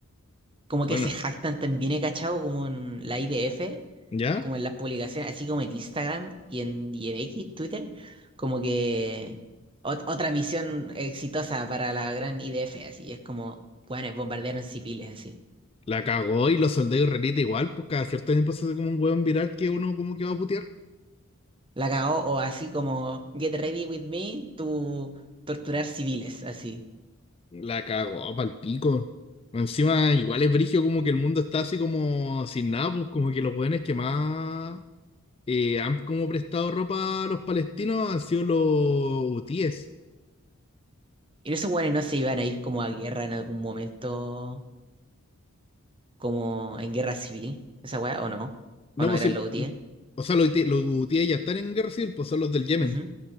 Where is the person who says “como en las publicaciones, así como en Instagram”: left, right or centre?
Right